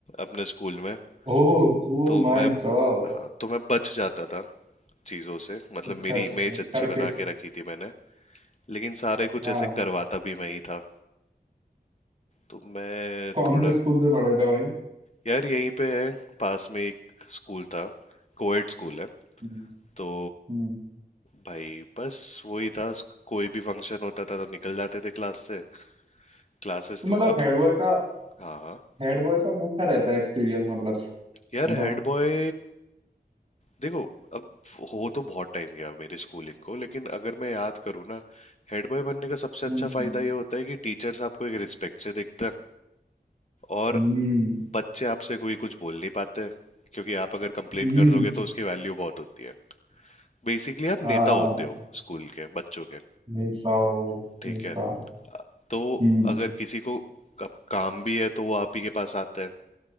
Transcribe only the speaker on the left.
अपने स्कूल में
तो
मैं
हाँ तो मैं बच जाता था चीजों से मतलब
मेरी
इमेज
अच्छी
बना के रखी थी मैंने लेकिन सारे कुछ
ऐसे करवाता भी मैं ही था तो मैं
थोड़ा
यार यहीं पे है पास में एक स्कूल था कोएड स्कूल है
तो
भाई बस वही था स्क- कोई भी फंक्शन होता था तो निकल जाते थे क्लास से क्लासेस
तो अब
हाँ हाँ
यार
हेड बॉय देखो अब हो तो बहुत टाइम गया मेरी स्कूलिंग को लेकिन अगर मैं याद करूँ ना हेड बॉय बनने का सबसे
अच्छा फायदा ये होता है कि टीचर्स आपको एक रिस्पेक्ट से देखते हैं और
बच्चे आपसे कोई कुछ बोल नहीं पाते क्योंकि आप अगर कंप्लेन
कर दोगे तो उसकी वैल्यू बहुत होती है बेसिकली आप नेता
होते हो स्कूल के बच्चों के
ठीक
है तो
अगर किसी को कब काम भी है तो वो आप ही के पास आते हैं